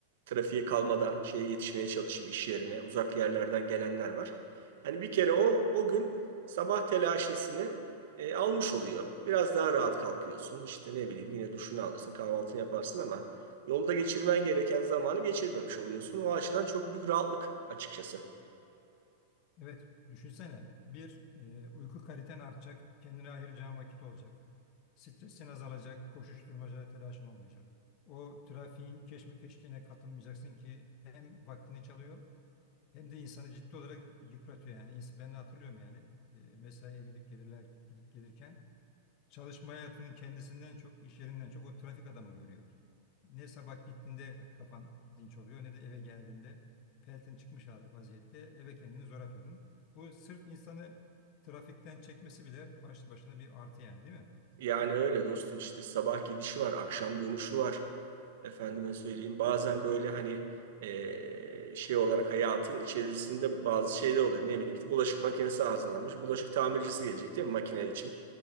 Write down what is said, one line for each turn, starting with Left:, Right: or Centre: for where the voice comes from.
Right: trafiğe kalmadan şeye yetişmeye çalışayım iş yerine. Uzak yerlerden gelenler var. Yani bir kere o o gün sabah telaşesini e, almış oluyor. Biraz daha rahat kalkıyorsun. İşte ne bileyim yine duşunu alırsın, kahvaltını yaparsın ama yolda geçirmen gereken zamanı geçirmemiş oluyorsun. O açıdan çok büyük rahatlık açıkçası.
Left: Evet, düşünsene bir e, uyku kaliten artacak, kendine ayıracağın vakit olacak. Stresin azalacak, koşuşturmaca telaşın olmayacak. O trafiğin keşmekeşliğine katılmayacaksın ki hem vaktini çalıyor Hem de insanı ciddi olarak yıpratıyor yani. İns- Ben hatırlıyorum yani. E, mesaiye gidip gelirler gidip gelirken çalışma hayatının kendisinden çok, iş yerinden çok o trafik adamı görüyordu. Ne sabah gittiğinde kafan dinç oluyor ne de eve geldiğinde peltin çıkmış hal- vaziyette eve kendini zor atıyordun. Bu sırf insanı trafikten çekmesi bile başlı başına bir artı yani değil mi?
Right: Yani öyle dostum işte sabah gidişi var, akşam dönüşü var. Efendime söyleyeyim bazen böyle hani e, şey olarak hayatın içerisinde bazı şeyler oluyor. Ne bileyim işte bulaşık makinesi arızalanmış. Bulaşık tamircisi gelecek değil mi makine için?